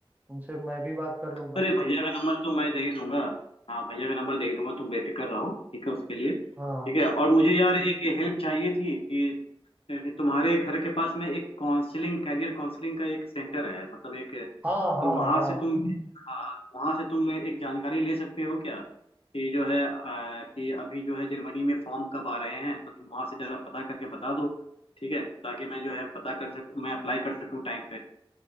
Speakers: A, on the right (about 15°); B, on the left (about 75°).
A: उनसे मैं भी बात कर लूंगा
B: अरे भैया का नंबर तो मैं दे ही दूंगा हाँ भैया का नंबर दे ही दूंगा तुम बेफिक्र रहो ठीक है उसके लिए
A: हाँ
B: ठीक है और मुझे यार एक हेल्प चाहिए थी कि कि तुम्हारे घर के पास में एक काउंसलिंग कैरियर काउंसलिंग का एक सेंटर है मतलब एक
A: हाँ हाँ
B: तो वहां
A: हाँ
B: से तुम हाँ वहां से तुम एक जानकारी ले सकते हो क्या कि जो है अ, कि अभी जो है जर्मनी में फॉर्म कब आ रहे हैं तो तुम वहां से जरा पता करके बता दो ठीक है ताकि मैं जो है पता कर सकूं मैं अप्लाई कर सकूं टाइम पे